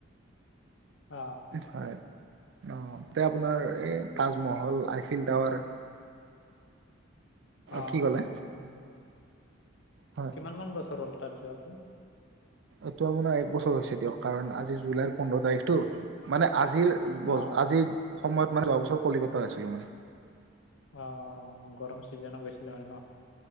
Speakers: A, on the left (about 70°); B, on the right (about 60°).
A: অ
B: হয় অঁ তে আপোনাৰ এই
A: উম
B: তাজমহল আইফিল টাৱাৰ,
A: আহ
B: কি ক'লে
A: উম,
B: হয়।
A: কিমান মান বছৰ হ'ল তাত যোৱাটো।
B: এইটো আপোনাৰ এক বছৰ হৈছে দিয়ক কাৰণ আজি জুলাইৰ পোন্ধৰ তাৰিখটো মানে আজিৰ
A: অ
B: আজিৰ সময়ত মানে যোৱা বছৰ কলিকতাত আছিলো মই-
A: অ গৰম চিজনত গৈছিলে মানে ন